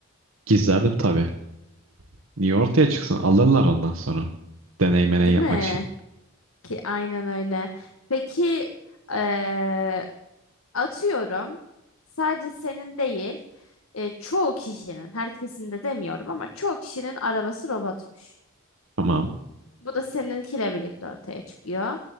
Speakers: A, on the right; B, on the left.
A: Gizlerdim tabii. Niye ortaya çıksın? Alırlar ondan sonra. Deney meney
B: Değil
A: yapmak
B: mi?
A: için.
B: Ki aynen öyle. Peki eee, atıyorum sadece senin değil e, çoğu kişinin herkesin de demiyorum ama çoğu kişinin arabası robotmuş.
A: Tamam.
B: Bu da seninkiyle birlikte ortaya çıkıyor.